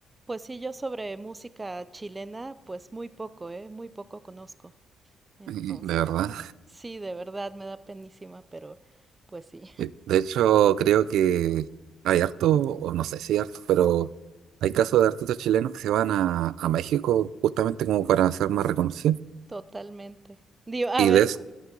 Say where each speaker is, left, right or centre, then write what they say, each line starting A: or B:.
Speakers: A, on the right; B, on the right.
A: Pues sí, yo sobre música chilena, pues muy poco, ¿eh? Muy poco conozco. Entonces,
B: <laughs> Mm, De verdad.
A: sí, de verdad me da penísima, pero pues sí,
B: Eh, De hecho, creo que hay harto, o no sé si hay harto, pero hay casos de artistas chilenos que se van a, a México justamente como para ser más reconocidos.
A: <laughs> totalmente. Digo, a
B: Y
A: ver,
B: de es-
A: cu-